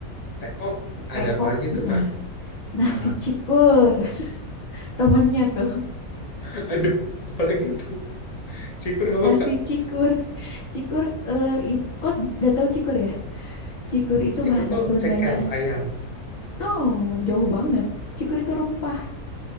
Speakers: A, on the left (about 30°); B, on the left (about 50°).
A: TO,
B: Tuh, TO.
A: ada apa lagi
B: Heeh.
A: tuh, Kak?
B: Nasi
A: Ah,
B: cikur. <laughs> Temennya tuh.
A: <laughs> Aduh, apalagi itu? Cikur apa,
B: Nasi
A: Kak?
B: cikur. Cikur, eh, i- oh udah tahu cikur ya? Cikur itu
A: Cikur
B: bahasa
A: tuh
B: Sundanya.
A: ceker ayam.
B: No, jauh banget.
A: Oh, bukan.
B: Cikur itu rempah.